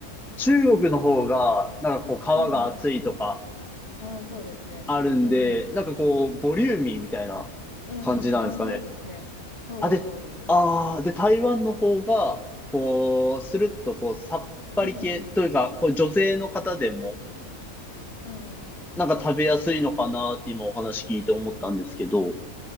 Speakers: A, in the centre; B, on the left.
A: 中国の方が、なんかこう、皮が厚いとか、
B: うん、うん。ああ、そうですね。
A: あるんで、
B: うん、うん。
A: なんかこう、ボリューミーみたいな
B: うん、
A: 感じなんですかね。
B: うん。ああ、そうですね。そうです、
A: あ、で、
B: そうです。
A: ああ、で、台湾の方が、こう、スルッと、こう、さっぱり系というか、
B: うん、うん、うん。
A: こう女性の方でも、
B: うん、うん。
A: なんか食べやすいのかなって今お話聞いて思ったんですけど。